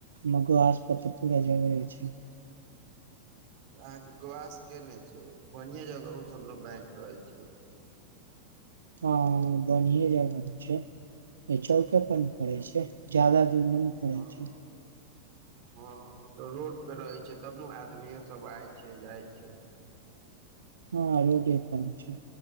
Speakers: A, on the right; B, on the right.
A: मगर आस। तब त पूरा जगहे छै।
B: अहाँके गवास केने छै बढिए जगह ओसभ बैंक रहै छै।
A: हँ बढ़िए जगह छै <unintelligible> चौके पर <unintelligible> पड़े छै जादा। <inaudible> नै पड़ै
B: हँ
A: छै।
B: हँ मतलब रोड पे रहै छै तब न आदमियो सभ आइ छै जाइ छै।
A: हँ रोडे पर छै।